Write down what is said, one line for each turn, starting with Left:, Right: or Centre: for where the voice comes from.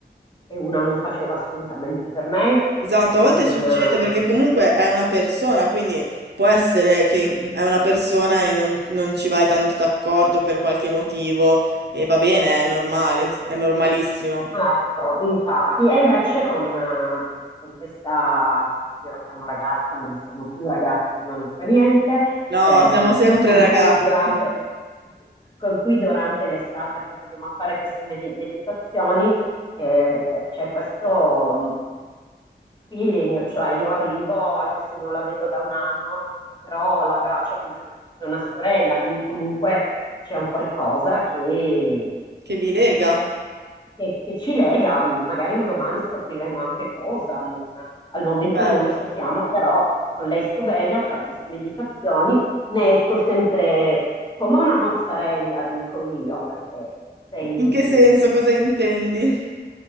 Left: e una non faceva assolutamente per me,
Right: Esatto, a
Left: non,
Right: volte succede
Left: eh,
Right: perché comunque è una persona, quindi può essere che in- è una persona e non, non ci vai tanto d'accordo per qualche motivo e va bene, è normale, è normalissimo.
Left: Ecco, infatti, e invece con, eh, con questa, io la chiamo ragazza, ma non siamo più ragazze, ma non fa niente,
Right: No,
Left: eh,
Right: siamo sempre
Left: con
Right: ragazze.
Left: cui durante, con cui durante l'estate appunto andiamo a fare queste med- meditazioni, eh, c'è questo mm, feeling, cioè io arrivo anche se non la vedo da un anno, però l'abbraccio come se fosse una sorella, quindi comunque c'è un qualcosa che
Right: Che vi lega.
Left: che, che ci lega, magari un domani scopriremo anche cosa, non- al momento
Right: Bello.
Left: non lo sappiamo, però con lei sto bene a fare queste meditazioni, ne esco sempre come una mozzarella, dico io, perché sei,
Right: In che senso, cosa intendi?